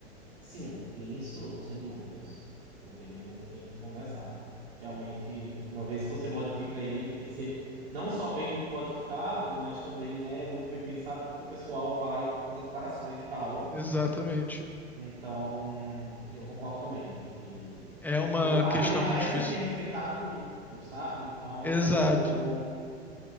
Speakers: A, on the right (about 60°); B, in the centre.
A: Sim, e isso sem dúvidas. Não tem nenhum que a gente conversar. Realmente, uma vez que você modifica ele, tem que ser não só bem muito modificado, mas também, né, muito bem pensado, porque o pessoal vai fazer comparações e tal.
B: Exatamente.
A: Então, eu concordo também que
B: É uma
A: eu, pa-
B: questão
A: ele parece
B: muito difícil.
A: ter respeitado muito, sabe? Então,
B: Exato.
A: eu tô